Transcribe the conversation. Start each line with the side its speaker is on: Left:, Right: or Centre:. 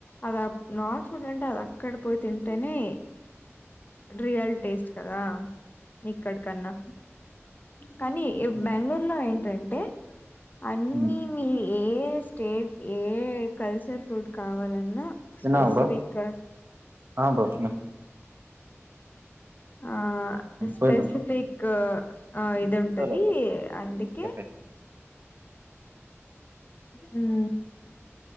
Left: అద నార్త్ ఫుడ్ అంటే అది అక్కడ పోయి తింటేనే రియల్ టేస్ట్ కదా ఇక్కడికన్నా కానీ
Right: హ్మ్
Left: బెంగళూరులో ఏంటంటే అన్ని
Right: హ్మ్
Left: మల్ ఏ స్టేట్ ఏ కల్చర్ ఫుడ్ కావాలన్నా
Right: తిన్నావా
Left: స్పైస్పేట్రా
Right: బ్రో ఆ బ్రో తిన్నా
Left: ఆ స్పెసిఫీక్
Right: పోయినా బ్రో
Left: ఆ ఇది
Right: జెప్టోలో
Left: ఉంటది
Right: బ్రో
Left: అందుకే
Right: కెఫే
Left: హ్మ్